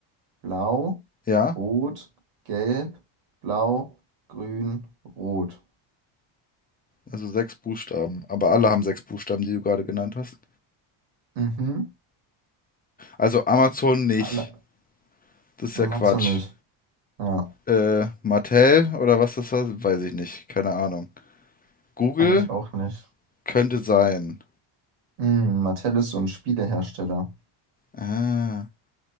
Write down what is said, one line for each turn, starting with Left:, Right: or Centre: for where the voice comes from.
Right: Blau,
Left: Ja,
Right: Rot, Gelb, Blau, Grün, Rot.
Left: also sechs Buchstaben. Aber alle haben sechs Buchstaben, die du gerade genannt hast.
Right: Mhm.
Left: Also Amazon nicht.
Right: Alle.
Left: Das ist
Right: Matzo
Left: ja Quatsch.
Right: nicht. Ja,
Left: Äh, Mattel oder was das war, weiß ich nicht. Keine Ahnung. Google
Right: kenne ich auch nicht.
Left: könnte sein.
Right: Hm, Mattel ist so ein Spielehersteller.
Left: Ah,